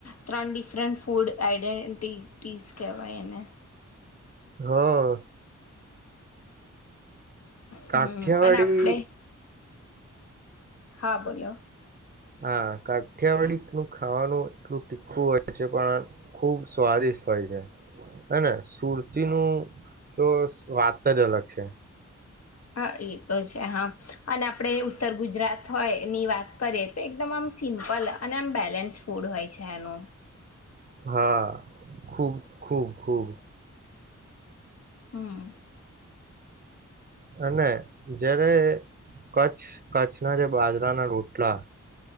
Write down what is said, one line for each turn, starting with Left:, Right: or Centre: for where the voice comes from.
Left: ત્રણ ડિફરન્ટ ફૂડ આઈડેન્ટિટીસ કહેવાયને.
Right: હા. કાઠ્યાવાડી.
Left: હમ અને આપણે હા બોલોલો.
Right: હા કાઠિયાવાડી નું ખાવાનું એટલું ટીખું હોય છે પણ ખૂબ સ્વાદિષ્ટ હોય છે હને સુરતીનુંું તો વાત જ અલગ છે.
Left: હા એ તો છે હા અને આપણે ઉત્તર ગુજરાત હોય ની વાત કરીએ તો એકદમ આમ સિમ્પલ અને આમ બેલેન્સ ફૂડ હોય છે એનું.
Right: હા ખુબ ખૂબ ખૂબ.
Left: હમ.
Right: અને જ્યારે કચ્છ કચ્છના જે બાજરાના રોટલા